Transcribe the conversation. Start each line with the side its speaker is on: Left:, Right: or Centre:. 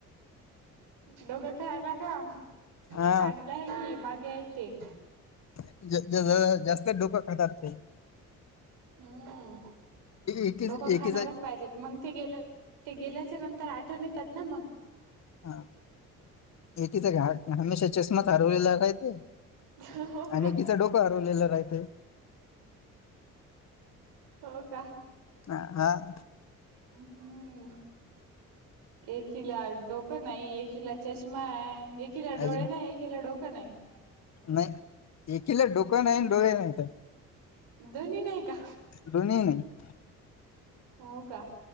Right: डोकं. खेळायला का
Left: हा
Right: चांगलं आहे की मांगे आहेत ते.
Left: तेचं जास्तच डोकं खातात ते.
Right: हम्म
Left: एकीच
Right: डोकं खाणारच
Left: एकीचा
Right: पाहिजेत. मग ते गेल्या ते गेल्याच्या नंतर आठवण येतात ना मग.
Left: हा इतिचा घाट हमेशा चष्माच हरवलेला काय ते.
Right: हो.
Left: आणि
Right: का
Left: तिच डोकं हरवलेलं राहंतय.
Right: हो का.
Left: अ.. आं..
Right: अम्म हम्म. एकिला डोकं नाही एक किला चष्मा आहे एकिला डोळे
Left: अजून
Right: नाही एकिला डोकं नाही.
Left: नाही एकीला डोकं नाही, डोळे नाहीत.
Right: दोन्हीही नाही का?
Left: दोन्हीही नाही.
Right: हो का?